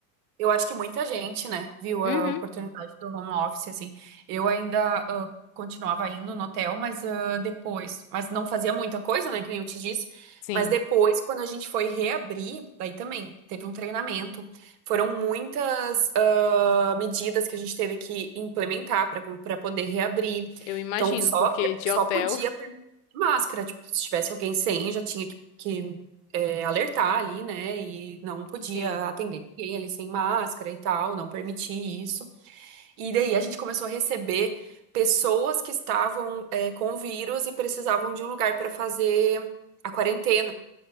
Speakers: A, on the right; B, on the left.
A: Eu acho que muita gente, né, viu
B: Uhum.
A: a oportunidade do home office, assim. Eu ainda ah, continuava indo no hotel, mas ah, depois, mas não fazia muita coisa, né, que nem eu te disse.
B: Sim,
A: Mas depois, quando a gente foi reabrir, daí também teve um treinamento. Foram muitas ah, medidas que a gente teve que implementar para para poder reabrir.
B: eu imagino,
A: Então, só
B: porque de
A: só
B: hotel,
A: podia permitir máscara, tipo, se tivesse alguém sem, já tinha que é, alertar ali, né? E não
B: <laughs>
A: podia
B: sim.
A: atender ninguém ali sem máscara e tal, não permitir isso. E daí a gente começou a receber pessoas que estavam, é, com o vírus e precisavam de um lugar para fazer a quarentena.